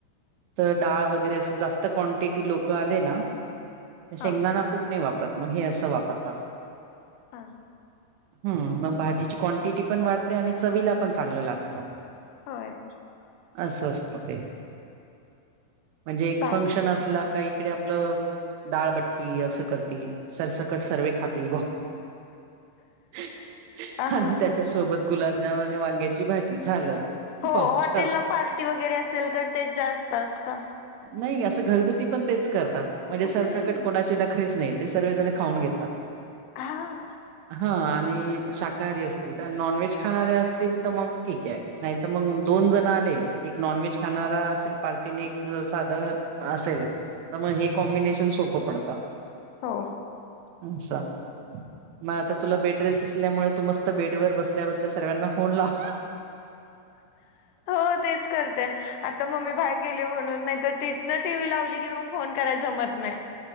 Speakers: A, on the right; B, on the left.
A: तर डाळ वगैरे अस जास्त क्वांटिटी लोकं आले ना तर
B: हा
A: शेंगदाणा कुट नाही वापरत मग हे असं वापरतात.
B: ह.
A: ह मग भाजीची क्वांटिटी पण वाढते आणि चवीला पण चांगलं लागतं.
B: होय
A: अस असत ते म्हणजे एक
B: चाल
A: फंक्शन असला का इकडे आपलं डाळबट्टी असं करतील सरसकट सर्वे खातील <unintelligible>
B: हा
A: आणि त्या च्या सोबत गुलाबजामन आणि वांग्याची भाजी झालं.
B: हो
A: पावचार
B: हॉटेलला पार्टी वगैरे असेल तर तेच जास्त असतं.
A: नाही असं घरगुती पण तेच करतात म्हणजे
B: हम्म
A: सरसकट कोणाचे नखरेच नाहीत. ते सर्वे जण खाऊन घेतात.
B: हा
A: हा आणि शाकाहारी असतील तर नॉन व्हेज खाणारे असतील तर मग ठीक आहे. नाही तर मग दोन जण आले एक नॉनव्हेज खाणारा असेल पार्टी नि एक क जर साधं असेल तर मग हे कॉम्बिनेशन सोपं पडतं.
B: हो.
A: अच्छा. मग आता तुला बेडरेस्ट असल्यामुळे तू मस्त बेडवर बसल्या बसल्या सर्व्यांना फोन लाव.
B: हो तेच करते. आता मम्मी बाहेर गेली म्हणून नाही तर तिथन टी व्ही लावली की मग फोन करायला जमत नाही.